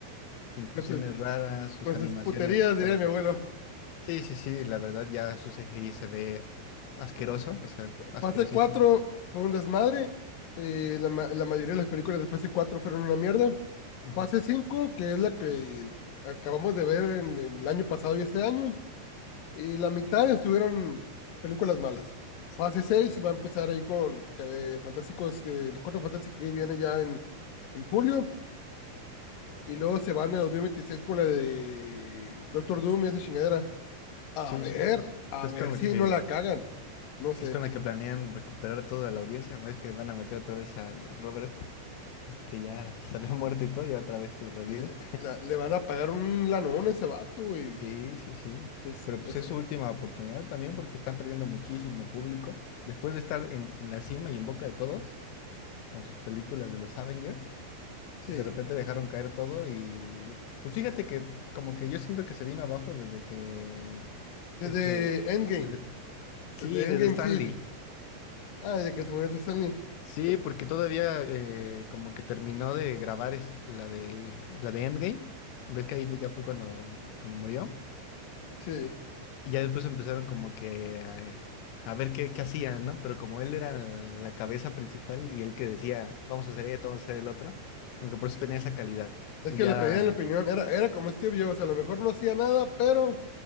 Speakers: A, on the left (about 90°); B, on the left (about 60°).
A: inclusiones
B: entonces,
A: raras, sus
B: con
A: animaciones
B: sus puterías,
A: cada
B: diría mi
A: vez.
B: abuelo.
A: Sí, sí, sí, la verdad ya su CGI se ve asqueroso, o sea, asquerosísimo.
B: Fase 4 fue un desmadre. eh, la, ma- la mayoría de las películas de fase 4 fueron una mierda.
A: Ujú.
B: Fase 5, que es la que acabamos de ver en, en el año pasado y este año, y la mitad estuvieron películas malas. Fase 6 va a empezar ahí con eh, Fantásticos, eh, los cuatro fantásticos que viene ya en, en julio, y luego se van en 2026 con la de Doctor Doom y esa chingadera. A
A: Sí,
B: ver,
A: sí, sí.
B: a
A: Es
B: ver
A: con lo
B: si
A: que,
B: no la cagan. No sé.
A: que es con la que planean recuperar toda la audiencia, ves que van a meter otra vez al Robert, que ya se había <laughs> muerto y todo, y otra vez lo reviven.
B: Sí, le, la- le van a pagar un lanón a ese vato, güey.
A: Sí, sí, sí.
B: Es-
A: Pero pues
B: es-
A: es su última oportunidad también porque están perdiendo muchísimo público. Después de estar en, en la cima y en boca de todos con sus películas de los Avengers,
B: sí.
A: de repente dejaron caer todo y pues fíjate que como que yo siento que se vino abajo desde que
B: Desde
A: este...
B: Endgame.
A: desde- sí,
B: Desde
A: desde
B: Endgame,
A: Stan
B: sí.
A: Lee.
B: sí. Ah, desde que se murió Stanley.
A: Sí,
B: Pues,
A: porque todavía eh, como que terminó de grabar es- la de, la de Endgame. ¿Ves que ahí ya fue cuando, cuando murió?
B: sí.
A: Y ya después empezaron como que eh, a, ver qué, qué hacían, ¿no? Pero como él era la cabeza principal y él que decía, vamos a hacer esto, vamos a hacer el otro, aunque por eso tenía esa calidad.
B: Es
A: Y
B: que
A: ya...
B: le pedían la opinión. Era, era como Steve Jobs. A lo mejor no hacía nada, pero